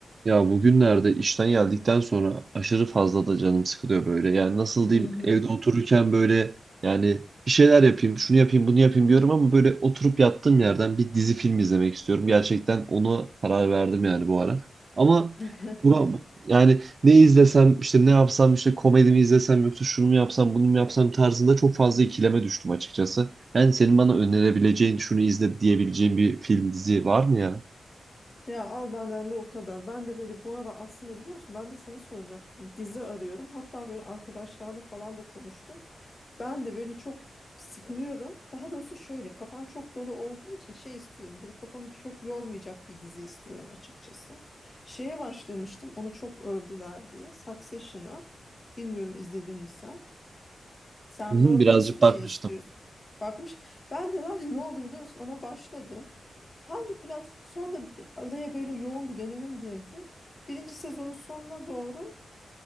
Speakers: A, on the right; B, on the left.
A: Ya bugünlerde işten geldikten sonra aşırı fazla da canım sıkılıyor böyle. Yani nasıl diyeyim
B: Hı hı.
A: evde otururken böyle yani bir şeyler yapayım, şunu yapayım, bunu yapayım diyorum ama böyle oturup yattığım yerden bir dizi film izlemek istiyorum. Gerçekten ona karar verdim yani bu ara. Ama
B: <laughs>
A: buna yani ne izlesem işte ne yapsam işte komedi mi izlesem yoksa şunu mu yapsam bunu mu yapsam tarzında çok fazla ikileme düştüm açıkçası. Yani senin bana önerebileceğin şunu izle diyebileceğin bir film dizi var mı ya?
B: Ya al benden de o kadar. Ben de böyle bu ara aslında biliyor musun ben de sana soracaktım. Dizi arıyorum. Hatta böyle arkadaşlarla falan da konuştum. Ben de böyle çok sıkılıyorum. Daha doğrusu şöyle kafam çok dolu olduğu için şey istiyorum. Böyle kafamı çok yormayacak bir dizi istiyorum açıkçası. Şeye başlamıştım. Onu çok övdüler diye. Succession'a. Bilmiyorum izledin mi sen? Sen
A: Hı hı,
B: bu arada
A: Birazcık
B: nasıl bir
A: bakmıştım.
B: şey istiyorsun? Bakmış. Ben de var ya ne oldu biliyor musun? Ona başladım. Hangi platform? Sonra bir- araya böyle yoğun bir dönemim girdi. Birinci sezonun sonuna doğru